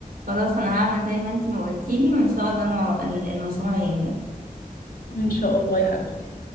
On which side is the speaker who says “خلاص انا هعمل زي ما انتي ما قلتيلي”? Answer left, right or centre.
Right